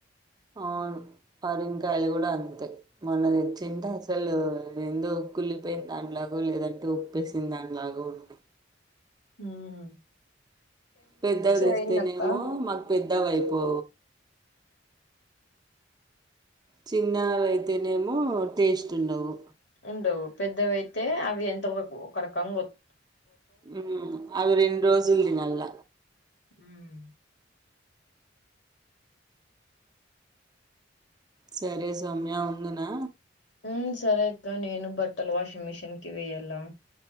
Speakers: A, on the right (about 20°); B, on the left (about 65°).
A: అవును పరిమ్ కాయలు కూడా అంతే మల్ల తెచ్చింట అసలు ఎందొ కుళ్ళిపోయిన దానల్యాగో లేదంటే ఉప్పేసిన దాంల్యాగో ఉండి
B: ఉమ్
A: పెద్దది తెస్తేనేమో
B: అయిందక్క
A: మాకు పెద్ దవైపు చిన్నవి అయితేనేమో, టేస్ట్ ఉండవు.
B: ఉండవు పెద్దవియితే అవి ఎంత ఒక రకంగా వోత్
A: హ్మ్ అవి రెండు రోజుల తిన్నల
B: ఉమ్మ్
A: సరే సౌమ్యా ఉందనా.
B: ఉమ్మ్ సరే అక్క నేను బట్టలు, వాషింగ్ మిషిన్ కి వయ్యాల